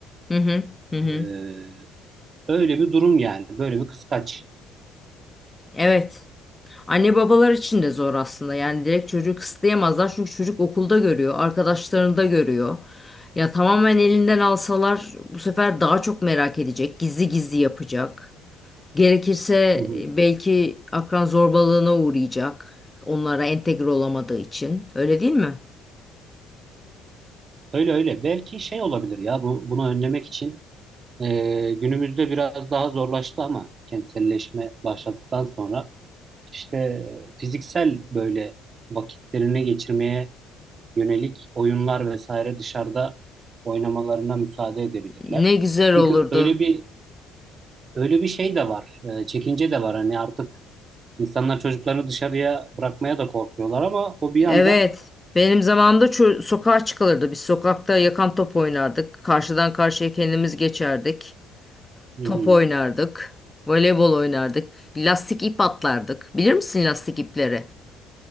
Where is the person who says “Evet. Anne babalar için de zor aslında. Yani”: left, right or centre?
Left